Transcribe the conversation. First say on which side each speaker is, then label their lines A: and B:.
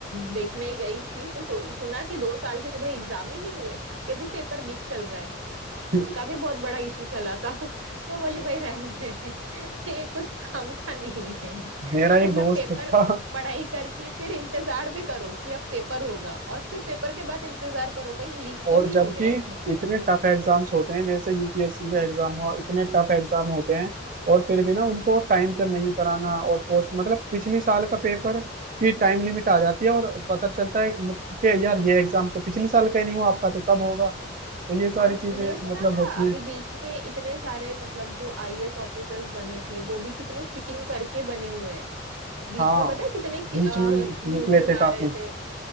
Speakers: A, on the right; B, on the right.
A: देखने गई थी तो सु, सुना कि दो साल से भाई एग्जाम ही नहीं हुए उसके भी पेपर लीक चल रहा है
B: <laughs>
A: उसका भी बहुत बड़ा इशू चला था <laughs> वो बोली भाई रहने दे <laughs> ये कुछ काम का नहीं है
B: मेरा
A: मतलब
B: एक दोस्त
A: पेपर
B: था
A: पढ़ाई करके फिर इंतजार भी करो कि अब पेपर होगा और फिर पेपर के बाद इंतजार करो कहीं लीक
B: और
A: तो नहीं
B: जबकि
A: हो गया है
B: इतने टफ एग्जाम्स होते हैं जैसे यूपीएससी का एग्जाम हुआ इतने टफ एग्जाम होते हैं और फिर भी ना उनको टाइम पर नहीं कराना और पोस्ट मतलब पिछले साल का पेपर की टाइम लिमिट आ जाती है और पता चलता है मत- कि यार ये एग्जाम तो पिछले साल का ही नहीं हुआ आपका तो तब होगा
A: <laughs>
B: तो ये सारी
A: और
B: चीजें
A: ये सुना
B: मतलब
A: था
B: होती
A: अभी
B: हैं
A: बीच में इतने सारे मतलब जो आईएएस ऑफिसर्स बने थे वो भी कितने चीटिंग करके बने हुए हैं बीच
B: हाँ
A: में पता है कितने
B: बीच में
A: न्यूज़ेस
B: निकले थे
A: आ
B: काफी
A: रहे थे